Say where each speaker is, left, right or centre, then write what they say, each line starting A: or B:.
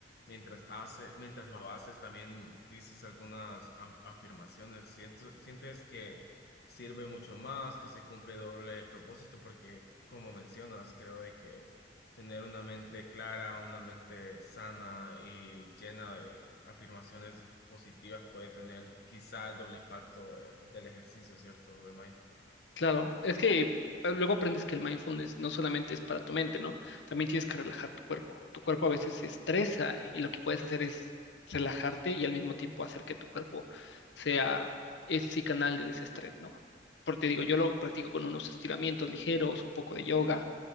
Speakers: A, on the left; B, on the left.
A: mientras hace, mientras lo haces, también dices algunas af- afirmaciones. Siento- sientes que sirve mucho más, que se cumple doble propósito, porque como mencionas, creo de que tener una mente clara, una mente sana y llena de afirmaciones positivas puede tener quizá el doble impacto de- del ejercicio, ¿cierto? De mindfulness.
B: Claro, es que eh, luego aprendes que el mindfulness no solamente es para tu mente, ¿no? También tienes que relajar tu cuerpo. Tu cuerpo a veces se estresa y lo que puedes hacer es relajarte y al mismo tiempo hacer que tu cuerpo sea ese canal de desestrés, ¿no? Porque te digo, yo lo practico con unos estiramientos ligeros, un poco de yoga,